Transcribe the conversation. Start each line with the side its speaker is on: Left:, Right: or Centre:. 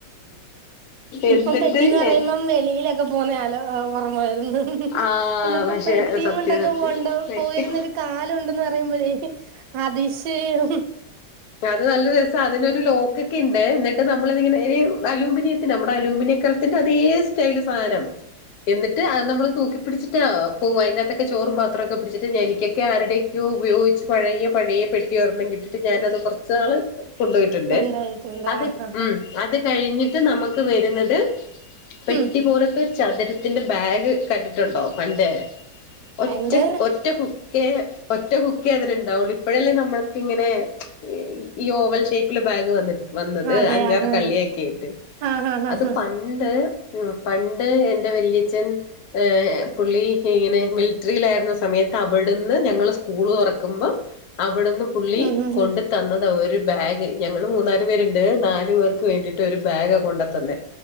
Left: എന്നിട്ട്
Right: ഇപ്പം പെട്ടീന്ന് പറയുമ്പം
Left: എ
Right: ള്ളീലൊക്കെ പോവുന്നെ കാലോ ഓർമ വരുന്നെ
Left: ആഹ്
Right: ന്നിട്ട്
Left: പക്ഷെ
Right: പെട്ടീം
Left: സത്യം
Right: കൊണ്ട് ക്കൊ
Left: സത്യം
Right: പോണ്ടെ
Left: പെട്ടി
Right: പോയിരുന്ന ഒരു കാലം കാലം ഉണ്ടന്ന് പറയുമ്പോഴെ അതിശയം
Left: ആഹ് അത് നല്ല രസാ അതിനൊരു ലോക്കൊക്കെ ഇണ്ടെ ന്നിട്ട് നമ്മളതിങ്ങനെ അലൂമിനിയത്തിന് നമ്മടെ അലൂമിനിയകലത്തിൻ്റെ അതേ സ്റ്റൈല് സാനം എന്നിട്ട് നമ്മള് തൂക്കി പ്പിടിച്ചിട്ടാ പോവാ അയിൻ്റെ അതെക്കെ ചോറും പാത്രക്കെ പിടിച്ചിട്ട് എനിക്കിക്കെ ആരുടെയ്ക്കിയോ ഉപയോഗിച്ച് പഴയെ പഴയെ പെട്ടി രൊണ്ണം കിട്ടിട്ട് ഞാനത് കൊർച്ച് നാള് കൊണ്ടോയിട്ട്ണ്ട്
Right: ഉണ്ടായിട്ടുണ്ട്
Left: അത്
Right: ആഹ് ആഹ്
Left: ഉം
Right: ആഹ്
Left: അത് കഴിഞ്ഞിട്ട് നമക്ക് വരുന്നത് പെട്ടി
Right: ഉം
Left: പോലെത്തെ ചതുരത്തിന്റെ ബാഗ് കണ്ടിട്ടുണ്ടോ പണ്ടേ ഒറ്റ
Right: പണ്ട്
Left: ഒറ്റ ഹുക്കേ ഒറ്റ ഹുക്കെ അതിന് ണ്ടാവുള്ളൂ ഇപ്പഴല്ലേ നമ്മൾക്കിങ്ങനെ ഏഹ് ഈ ഓവൽ ഷേപ്പ്ല് ബാഗ് വന്ന വന്നത്
Right: അതെ
Left: അഞ്ചാറ്
Right: ആഹ്
Left: കള്ളിയാകീട്ട്
Right: ആഹ് ആഹ് ആഹ്
Left: അത് പ
Right: ആഹ്
Left: പണ്ട് ഉം പണ്ട് എൻ്റെ വല്ലിയച്ഛൻ ഏ പുള്ളി ഇങ്ങനെ മിലിട്രിയിലായിരുന്ന സമയത്ത് അവിടുന്ന് ഞങ്ങള് സ്കൂള് തുറക്കുമ്പം അവിടെന്ന് പുള്ളി
Right: ഉം ഉം
Left: കൊണ്ടു തന്നതാണ് ഒരു ബാഗ് ഞങ്ങള് മൂന്നാലു പേരുണ്ട് നാലു പേർക്ക് വേണ്ടിയിട്ട് ഒരു ബാഗ കൊണ്ടത്തന്നെ